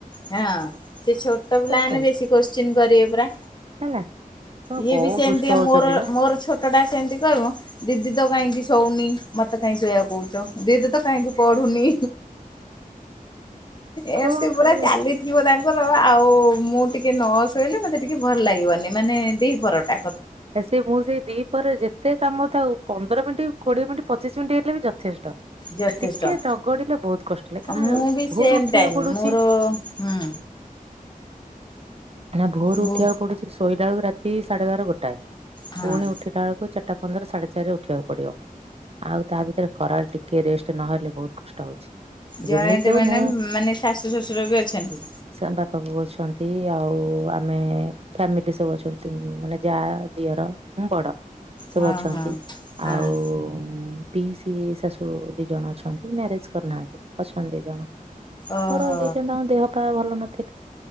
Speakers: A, on the left; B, on the right.
A: ହଁ ସେ ଛୋଟ ପିଲାମାନେ
B: କରିବୁ।
A: ବେଶୀ କୋଶ୍ଚିନ୍ କରିବେ ପରା
B: ହେଲା ହଁ
A: ଇଏ
B: ବହୁତ
A: ବି ସେମିତିଆ
B: ଦୁଷ୍ଟ ହଉଛନ୍ତି
A: ମୋର
B: ବା।
A: ମୋର ଛୋଟ ଛଟ ଟା ସେମିତି କହିବ ଦିଦି ତ କାହିଁକି ଶଉନି? ମତେ କାହିଁ ଶୋଇବାକୁ କହୁଛ ଦିଦି ତ କାହିଁକି ପଢୁନି? ଏମତି
B: କଣ
A: ପୁରା଼
B: କରିବା?
A: ଲଥିବ ତାଙ୍କର ଆଉ ମୁଁ ଟିକେ ନ ଶୋଇଲେ ମୋତେ ଟିକେ ଭଲ ଲାଗିବନି ମାନେ ଦି ପହର ଟା
B: ଆ ସେ ମୁଁ ସେଇ ଦି ପରେ ଯେତେ କାମ ଥାଉ ପନ୍ଦର ମିନିଟ୍ କୋଡିଏ ମିନିଟ୍ ପଚିଶ ମିନିଟ୍ ହେଲେ ବି ଥେଷ୍ଟ
A: ଯଥେଷ୍ଟ
B: ଟିକେ ନଗଡିଲେ ବହୁତ କଷ୍ଟ ଲାଗେ କାହିଁକିନା
A: ମୁଁ ବି ସେମ୍
B: ଭୋର ଉଠିବାକୁ
A: ଟାଇମ୍
B: ପଡୁଛି।
A: ମୋର ହୁଁ
B: ନା ଭୋର
A: ବୋ
B: ଉଠିବାକୁ ପଡୁଛି ଶୋଇଲାବେଳକୁ ରାତି ସାଢେ ବାର ଗୋଟାଏ।
A: ହଁ
B: ପୁଣି ଉଠିଲା ବେଳକୁ ଚାରିଟା ପନ୍ଦର ସାଢେ ଚାରିରେ ଉଠିବାକୁ ପଡିବ। ଆଉ ତା ଭିତରେ ଖରା ବେଳେ ଟିକେ ରେଷ୍ଟ ନହେଲେ ବହୁତ କଷ୍ଟ ହଉଛି।
A: ଜଏଣ୍ଟ
B: ଯେମିତି ହଉ
A: ମାନେ
B: ମୁଁ
A: ମାନେ ଶାଶୁ ଶଶୁର ବି ଅଛନ୍ତି।
B: ସେ ଆମ ବାପା ବୋଉ ଅଛନ୍ତି ଆଉ ଆମେ ଫାମିଲି ସବୁ ଅଛନ୍ତି ମାନେ ଯା ଦିଅର ମୁଁ ବଡ଼ ସବୁ
A: ହଁ
B: ଅଛନ୍ତି
A: ହଁ ହଁ
B: ଆଉ ପି ସି ଶାଶୁ ଦି ଜଣ ଅଛନ୍ତି ମ୍ୟାରେଜ କରିନାହାନ୍ତି ଅଛନ୍ତି ଦି ଜଣ।
A: ଓହୋ
B: ହଁ ରହିଯାଇଛନ୍ତି ଦେହ ପା ଭଲ ନଥିଲା।